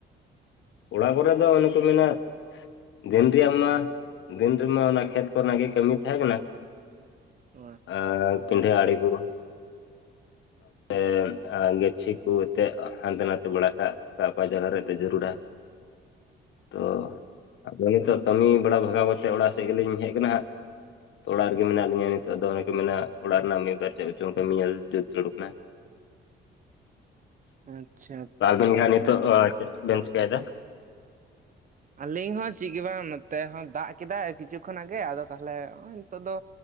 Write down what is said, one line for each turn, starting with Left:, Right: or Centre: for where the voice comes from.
Left: ᱚᱲᱟᱜ ᱠᱚᱨᱮ ᱫᱚ ᱚᱱᱮ ᱠᱚ ᱢᱮᱱᱟ ᱫᱤᱱ ᱨᱮᱭᱟᱜ ᱢᱟ ᱫᱤᱱ ᱨᱮᱢᱟ ᱚᱱᱟ ᱠᱷᱮᱛ ᱠᱚᱨᱮᱱᱟᱜ ᱜᱮ ᱠᱟᱹᱢᱤ ᱛᱟᱦᱮᱸ ᱠᱟᱱᱟ ᱾
Right: ᱚ
Left: ᱟᱨ ᱠᱩᱱᱰᱷᱮ‌ ᱟᱲᱤ ᱠᱩ ᱾ ᱮᱻ ᱜᱟᱹᱪᱷᱤ ᱠᱚ ᱮᱛᱮᱫ ᱦᱟᱱᱛᱮ ᱱᱟᱛᱮ ᱵᱟᱲᱟ ᱠᱟᱜ ᱥᱮ ᱟᱠᱚᱣᱟᱜ ᱡᱟᱭᱜᱟ ᱨᱮ ᱡᱟᱹᱨᱩᱲᱟ ᱾ <unintelligible> ᱛᱚ <unintelligible> ᱠᱟᱹᱢᱤ ᱵᱟᱲᱟ ᱵᱷᱟᱜᱟᱣ ᱠᱟᱛᱮ ᱚᱲᱟᱜ ᱥᱮᱫ ᱜᱮᱞᱤᱧ ᱦᱮᱡ ᱠᱟᱱᱟ ᱦᱟᱸᱜ᱾ ᱛᱚ ᱚᱲᱟᱜ ᱨᱮᱜᱮ ᱢᱮᱱᱟᱜ ᱞᱤᱧᱟᱹ ᱱᱤᱛᱚᱜ ᱫᱚ ᱚᱱᱮ ᱠᱚ ᱢᱮᱱᱟ ᱚᱲᱟᱜ ᱨᱮᱱᱟᱜ ᱢᱤᱫᱵᱟᱨ ᱪᱮᱫ ᱠᱚᱪᱚᱝ ᱚᱱᱠᱟ ᱧᱮᱞ ᱡᱩᱛ ᱡᱟᱹᱨᱩᱲ ᱠᱟᱱᱟ᱾
Right: ᱟᱪᱪᱷᱟ᱾
Left: ᱟᱵᱮᱱ ᱜᱮ ᱱᱤᱛᱚᱜ ᱪᱮᱫ ᱵᱮᱱ
Right: ᱟᱨ
Left: ᱪᱮᱠᱟᱭᱫᱟ?
Right: ᱟᱹᱞᱤᱧ ᱦᱚᱸ ᱪᱮᱫ ᱜᱮ ᱵᱟᱝ ᱱᱚᱛᱮ ᱦᱚᱸ ᱫᱟᱜ ᱠᱮᱫᱟᱭ ᱠᱤᱪᱷᱩ ᱠᱷᱚᱱ ᱟᱜᱮ ᱟᱫᱚ ᱛᱟᱦᱚᱞᱮ ᱱᱚᱜᱼᱚᱭ ᱱᱤᱛᱚᱜ ᱫᱚ,